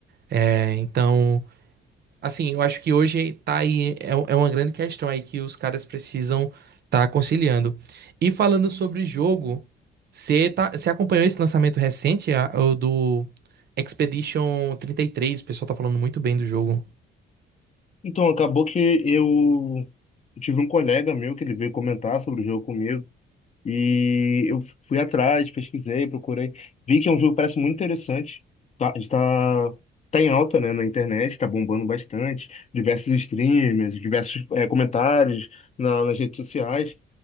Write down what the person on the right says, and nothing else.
É, então. Assim, eu acho que hoje tá aí, é, um, é uma grande questão aí que os caras precisam tá conciliando. E falando sobre jogo, você tá, você acompanhou esse lançamento recente, a- o do Expedition trinta e três O pessoal tá falando muito bem do jogo.